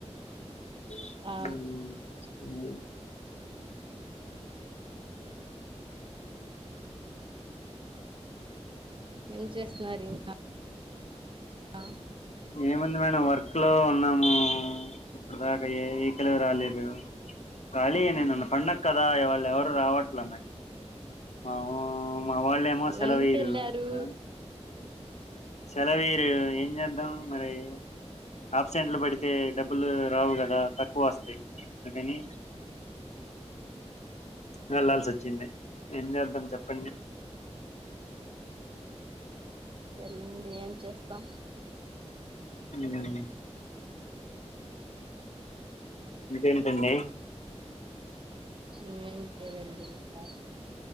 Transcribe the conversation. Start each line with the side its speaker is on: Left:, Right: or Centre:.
Left: మ్
Right: ఆ
Left: <unintelligible>
Right: ఏం చేస్తున్నారింకా అ
Left: ఏముంది మేడం వర్క్ లో ఉన్నాము ఇప్పుడు దాకా ఏ వెహికిలు రాలేదు ఖాళీఎ నిన్న పండగ కదా ఇవాళ ఎవరు రావట్లే మరి మావు మా వాళ్ళు ఏమొ సెలవు
Right: ఎందుకు
Left: ఇయ్యరు
Right: వెళ్ళారు
Left: ఆ సెలవి ఎం చేద్దాం మరే ఆప్సెంట్లు పడితే డబ్బులు రావు కదా తక్కువ వస్తాయి అందుకని వెళ్లాల్సి వచ్చింది ఎం చేద్ధం చెప్పండి
Right: వెళ్ళండి ఏం చేస్తాం
Left: ఉమ్ ఇంకేంటండి
Right: ఏం లేదండి ఇంకా